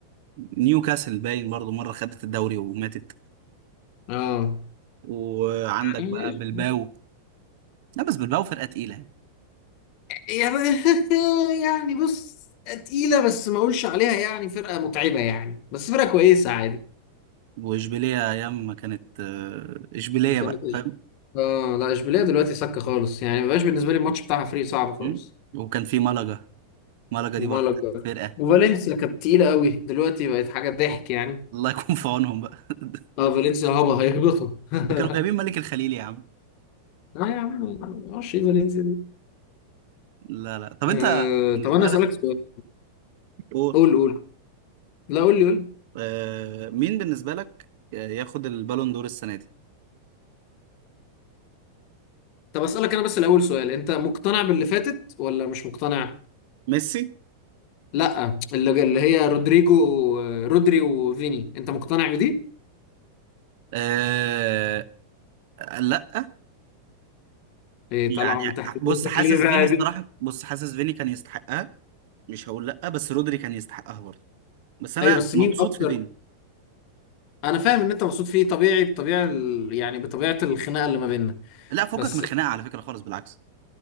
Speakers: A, on the right; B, on the left.
A: نيوكاسل باين برضو مرة خدت الدوري وماتت
B: اه
A: وعندك
B: يعني
A: بقى بلباو لا بس بلباو فرقة تقيلة يعني.
B: يعني <laughs> يعني بص تقيلة بس ما اقولش عليها يعني فرقة متعبة يعني بس فرقة كويسة عادي
A: وإشبيلية أيام ما كانت آه، إشبيلية
B: ما كانت-
A: بقى فاهم
B: اه لا اشبيليه دلوقتي سكة خالص يعني ما بقاش بالنسبة لي الماتش بتاعها فريق صعب
A: مم؟
B: خالص
A: وكان في ملقا ملقا
B: ومالك
A: دي برضو كانت فرقة
B: وفالنسيا كانت تقيلة قوي دلوقتي بقت حاجة ضحك يعني
A: الله يكون في عونهم بقى <laughs>
B: اه فالنسيا هبة هيهبطوا <laughs>
A: ده كانوا جايبين ملك الخليل يا عم
B: اه يا عم ما اعرفش ايه فالنسيا دي
A: لا لا طب
B: آه،
A: أنت بالنسبة
B: طب انا اسالك
A: لك
B: سؤال
A: قول
B: قول قول لا قول لي قول لي.
A: آه، مين بالنسبة لك ياخد البالون دور السنة دي
B: طب اسالك انا بس الاول سؤال انت مقتنع باللي فاتت ولا مش مقتنع
A: ميسي
B: لا اللي اللي هي رودريجو آه، رودري وفيني انت مقتنع بدي
A: آه، لا
B: ايه
A: يعني
B: طالعه من تحت
A: بص
B: رجلك
A: حاسس
B: ليه بقى
A: فيني الصراحة
B: دي
A: بص حاسس فيني كان يستحقها مش هقول لا بس رودري كان يستحقها برضه بس انا
B: ايوه بس
A: مبسوط
B: مين اكتر
A: في فيني
B: انا فاهم ان انت مبسوط فيه طبيعي بطبيعه ال... يعني بطبيعه الخناقه اللي ما بيننا
A: لا فكك
B: بس
A: من الخناقه على فكره خالص بالعكس